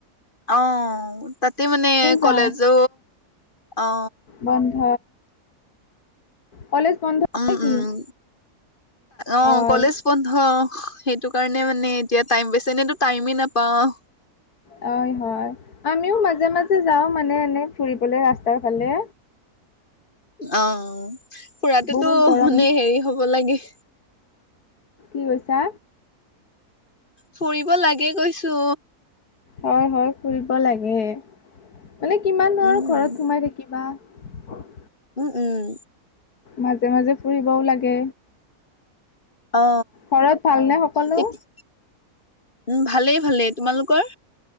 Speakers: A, on the left; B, on the left.
A: অ', তাতে মানে কলেজো
B: যাওঁ
A: অ
B: বন্ধ কলেজ বন্ধ
A: উম
B: নেকি
A: উম অ'
B: হয়
A: কলেজ বন্ধ সেইটো কাৰণে মানে এতিয়া টাইম পাইছো এনেয়েতো টাইমেই নাপাও
B: হয় হয় আমিও মাজে মাজে যাও মানে এনে ফুৰিবলে ৰাস্তাৰ ফালে
A: অ' ফুৰাটোতো
B: বহুত গৰম
A: মানে হেৰি হব লাগে
B: কি কৈছা
A: ফুৰিব লাগে কৈছো
B: হয় হয় ফুৰিব লাগে মানে কিমাননো
A: উম
B: আৰু ঘৰত সোমাই থাকিবা হয়
A: উম উম
B: মাজে মাজে ফুৰিবও লাগে
A: অ
B: ঘৰত ভালনে সকলো
A: তেতি- উম ভালেই ভালেই তোমালোকৰ